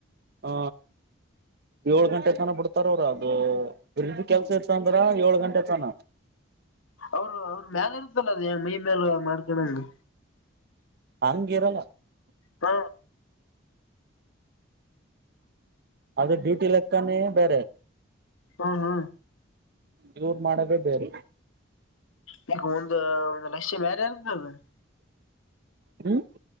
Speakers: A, on the right; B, on the left.
A: ಆ ಏಳ್ ಗಂಟೆ ತನ ಬಿಡ್ತಾರ ಅವ್ರ <inaudible> ಕೆಲ್ಸ ಇರ್ತಂದ್ರ ಏಳ್ ಗಂಟೆ ತನ
B: ಅವರು ಅವ್ರ ಮ್ಯಾಲ ಇರ್ತಲ್ಲ ಮೇಲ್ ಮಾಡ್ಕೊಂಡಂಗ
A: ಹಂಗಿರಲ್ಲ
B: ಹ
A: ಅದು ಡ್ಯೂಟಿ ಲೆಕ್ಕನೇ ಬೇರೆ
B: ಹಾ ಹಾ
A: ಇವರು ಮಾಡದೇ ಬೇರೆ
B: <inaudible> <unintelligible> ಲಕ್ಷ ಮೇರೆ ಏರುತ್ತಲಾ ಅದು
A: ಹ್ಮ್